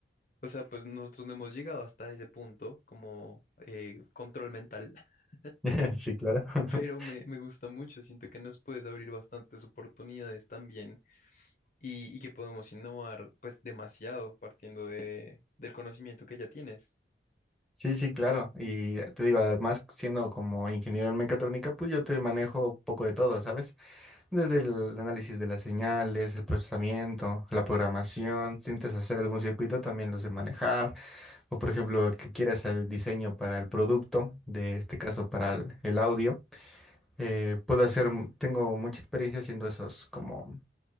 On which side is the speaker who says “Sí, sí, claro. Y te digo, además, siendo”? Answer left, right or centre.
Centre